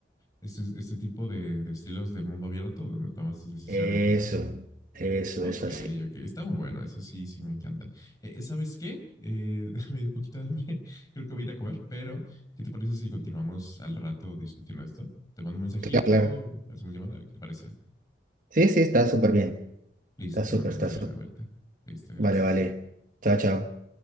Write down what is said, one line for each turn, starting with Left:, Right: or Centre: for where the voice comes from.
Left: este, este tipo de, de estilos de mundo abierto donde tomas tus decisiones,
Right: Eso,
Left: ¿no?
Right: eso,
Left: Ok,
Right: eso así.
Left: ok, está muy bueno, eso sí, sí me encanta. Eh, ¿sabes qué? Eh, <laughs> me dio un poquito de hambre, <laughs> creo que voy a ir a comer, pero ¿qué te parece si continuamos al rato discutiendo esto? Te mando un mensajito,
Right: Claro, claro.
Left: hacemos llamada, ¿qué te parece?
Right: Sí, sí, está súper bien.
Left: Listo,
Right: Está
Left: te
Right: súper,
Left: mando un
Right: está
Left: mensaje
Right: súper.
Left: de vuelta. Listo, gracias.
Right: Vale, vale. Chao, chao.